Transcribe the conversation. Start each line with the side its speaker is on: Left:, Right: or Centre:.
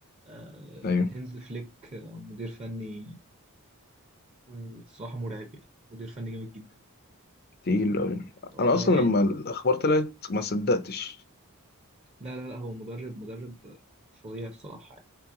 Right: آه،
Left: ايوه
Right: هانز فليك آه، مدير فني مم، الصراحه مرعب يعني مدير فني جامد جدا
Left: تقيل أوي.
Right: اه
Left: انا اصلا
Right: يعني
Left: لما الاخبار طلعت ما صدقتش
Right: لا لا لا هو مدرب مدرب آه، فظيع الصراحه يعني